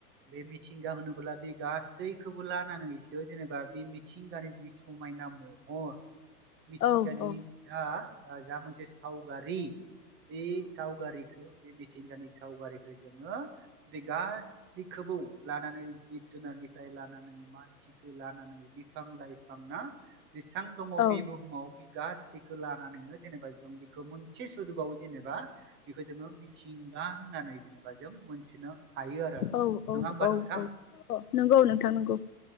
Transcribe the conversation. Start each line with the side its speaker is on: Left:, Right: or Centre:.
Right: बे मिथिंगा होनोबोला बे गासैखौबो लानानैसो जेनेबा बे मिथिंगानि जि समायना <inaudible> महर मिथिंगानि
Left: औ औ
Right: जा ओ जा मोनसे सावगारि बे सावगारिखौ बे मिथिंगानि सावगारिखौ जोङो बे गाससिखौबो लानानै जिब जुनारनिफ्राय लानानै मानसिखौ लानानै फां लाइफां ना जेसेबां दङ
Left: औ
Right: बे बुहुमाव गासैखौ लानानैनो जेनेबा जों बेखौ मोनसे सोदोबाव जेनेबा बेखौ जोङो मिथिंगा होननानै जेनेबा जों मोनथिनो हायो आरो
Left: औ औ
Right: नङा होमबा
Left: औ
Right: नोंथां?
Left: औ अ नंगौ नोंथां नंगौ।